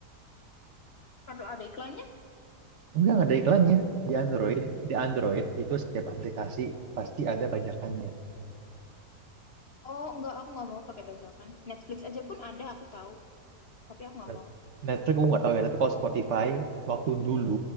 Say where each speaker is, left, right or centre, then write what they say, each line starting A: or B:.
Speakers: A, on the left; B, on the right.
A: Kalau ada iklannya,
B: Enggak, nggak ada iklannya. Di Android, di Android itu setiap aplikasi pasti ada bajakannya.
A: oh enggak, aku nggak mau pakai bajakan. Netflix aja pun ada, aku tahu, tapi aku nggak
B: Nah,
A: mau.
B: Netflix aku nggak tahu ya, tapi kalau Spotify waktu dulu